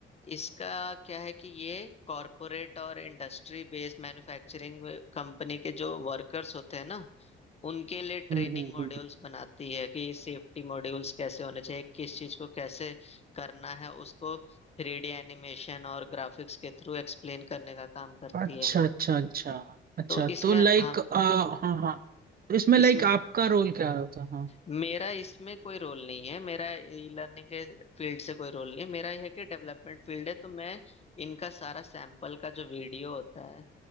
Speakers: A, on the left (about 30°); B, on the right (about 50°).
A: इसका क्या है कि ये कॉरपोरेट और इंडस्ट्री बेस्ड मैन्युफैक्चरिंग कंपनी के जो वर्कर्स होते हैं ना उनके लिए ट्रेनिंग
B: हम्म हम्म
A: मॉड्यूल्स
B: हम्म।
A: बनाती है कि सेफ्टी मॉड्यूल्स कैसे होने चाहिए किस चीज को कैसे करना है उसको थ्री डी एनिमेशन और ग्राफिक्स के थ्रू एक्सप्लेन करने का काम करती
B: अच्छा
A: है
B: अच्छा अच्छा अच्छा
A: तो इसमें
B: तो लाइक
A: हाँ
B: हाँ हाँ तो इसमें लाइक
A: इसमें
B: आपका रोल क्या होता है हाँ
A: मेरा इसमें कोई रोल नहीं है मेरा ई लर्निंग के फील्ड से कोई रोल नहीं है मेरा यह है कि डेवलपमेंट फील्ड है तो मैं इनका सारा सैंपल का जो वीडियो होता है